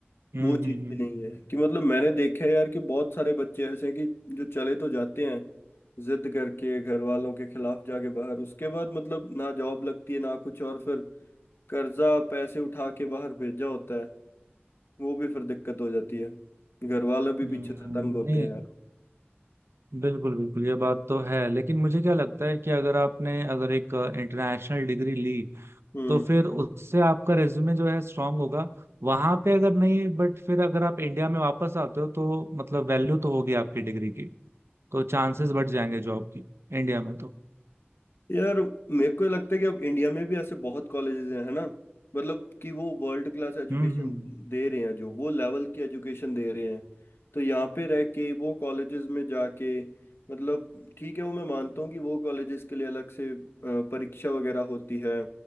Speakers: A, on the right (about 75°); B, on the left (about 65°).
A: हम्म
B: वो
A: हम्म
B: चीज भी नहीं है कि मतलब मैंने देखा है यार कि बहुत सारे बच्चे ऐसे हैं कि जो चले तो जाते हैं जिद करके घर वालों के खिलाफ जाके बाहर उसके बाद मतलब ना जॉब लगती है ना कुछ और फिर कर्जा पैसे उठा के बाहर भेजा होता है वो भी फिर दिक्कत हो जाती है घर वाले भी
A: हम्म,
B: पीछे से
A: हम्म,
B: तंग होते
A: नहीं
B: हैं यार
A: बिल्कुल बिल्कुल ये बात तो है लेकिन मुझे क्या लगता है कि अगर आपने अगर एक इंटरनेशनल डिग्री ली
B: हम्म
A: तो फिर उससे आपका रेज्यूमे जो है स्ट्रांग होगा वहां पे अगर नहीं बट फिर अगर आप इंडिया में वापस आते हो तो मतलब वैल्यू तो होगी आपकी डिग्री की तो चांसेस बढ़ जाएंगे जॉब की इंडिया में तो
B: यार मेरे को ये लगता है कि अब इंडिया में भी ऐसे बहुत कॉलेजेस हैं है ना मतलब कि वो वर्ल्ड क्लास एजुकेशन
A: हम्म हम्म
B: दे रहे हैं जो वो लेवल की एजुकेशन दे रहे हैं तो यहाँ पे रह के वो कॉलेजेस में जाके मतलब ठीक है वो मैं मानता हूँ कि वो कॉलेजेस के लिए अलग से अ, परीक्षा वगैरह होती है